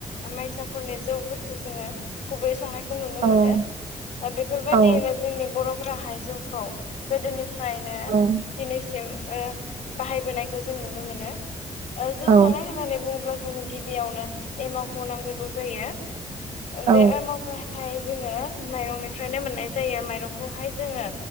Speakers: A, on the left (about 80°); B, on the right (about 60°).
A: माइसाफोरनि जौफोरखौ जोङो गुबै संनायखौ नुनो
B: औ
A: मोनो दा बेफोरबायादियैनो
B: औ
A: जोंनि बर'फोराहाय जौखौ गोदोनिफ्रायनो
B: औ
A: दिनैसिम ओ बाहायबोनायखौ जों नुनो मोनो। ओ जौ
B: औ
A: सावनाय होननानै बुङोब्ला जोंनो गिबियावनो एमावखौ नांग्रोगौ जायो।
B: औ
A: दे एमावखौ हायो जोङो माइरंनिफ्रायनो मोननाय जायो माइरंखौहाय जोङो